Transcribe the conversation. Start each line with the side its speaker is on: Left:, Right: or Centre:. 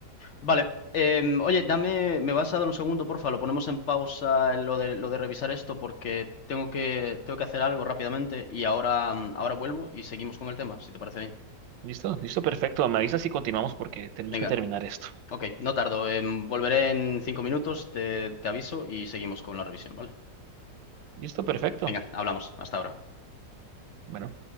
Left: Vale. Em, oye, dame, me vas a dar un segundo, porfa, lo ponemos en pausa en lo de, lo de revisar esto porque tengo que, tengo que hacer algo rápidamente y ahora, mm, ahora vuelvo y seguimos con el tema, si te parece bien.
Right: ¿Listo? Listo, perfecto. Me avisas si continuamos porque tenemos
Left: Venga,
Right: que terminar esto.
Left: ok, no tardo, em, volveré en cinco minutos, te, te aviso y seguimos con la revisión, ¿vale?
Right: Listo, perfecto.
Left: Venga, hablamos, hasta ahora.
Right: Bueno.